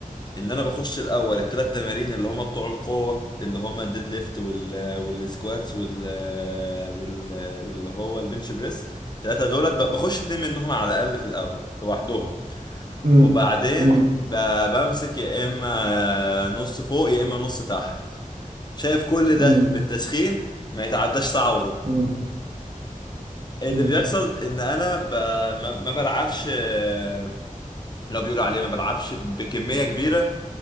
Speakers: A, on the left (about 30°); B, on the right (about 55°).
A: ان انا بخش الاول الثلاث تمارين اللي هما بتوع القوه اللي هما الديد ليفت وال والسكواتس وال وال واللي هو البنش بريس الثلاثه دولت ب- بخش اتنين منهم على الاقل في الاول لوحدهم
B: امم
A: وبعدين
B: امم
A: ب- بمسك يا اما نص فوق يا اما نص تحت شايف كل ده
B: امم
A: بالتسخين ما يتعداش ساعه وربع
B: امم
A: اللي
B: امم
A: بيحصل ان انا ب... ما ما بلعبش آه، لو بيقولوا عليه ما بلعبش بكميه كبيره